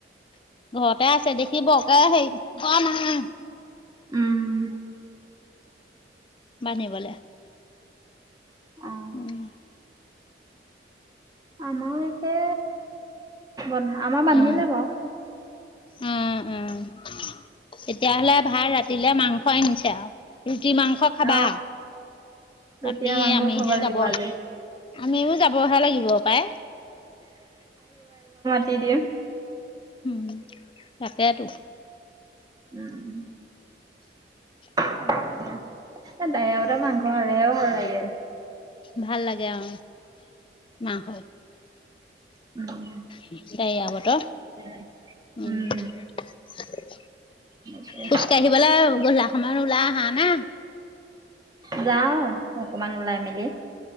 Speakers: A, on the left; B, on the right.
A: ঘৰতে আছে দেখি বৰকে হেৰি অ মা
B: উম
A: বান্ধিবলে।
B: অ
A: উম
B: আমাৰ একে আমাৰ বান্ধিলে
A: উম
B: বাৰু
A: উম উম তেতিয়াহ'লে ভাল ৰাতিলে মাংস আনিছে আৰু ৰুটি মাংস খাবা
B: অ ৰুটিয়ে
A: তাকেই
B: মাংস
A: আমিহে
B: খাব লাগিব
A: যাব
B: আজি
A: আমিও যাবহে লাগিব পায়
B: দি দিম
A: উম তাকেতো
B: উম
A: <inaudible>
B: ডাৱৰীয়া বতৰত মাংস খালেহেও ভাল লাগে
A: ভাল লাগে অ মাংসৰ
B: উম।
A: ডাৱৰীয়া বতৰ,
B: তেতিয়াহে।
A: উম।
B: উম, তাকে
A: খোজকাঢ়িবলে গধুলা সময়ত আৰু ওলাই আহা না?
B: যাওঁ। অকমান ওলাই মেলি,